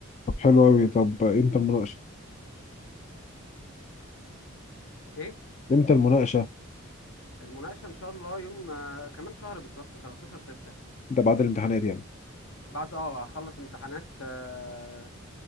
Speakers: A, on the left (about 35°); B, on the left (about 70°).
A: طب حلو قوي طب امتى المناقشه
B: ايه
A: امتى المناقشه
B: المناقشة ان شاء الله يوم آه، كمان شهر بالظبط 13 6
A: ده بعد الامتحانات يعني
B: بعد اه اخلص امتحانات آه،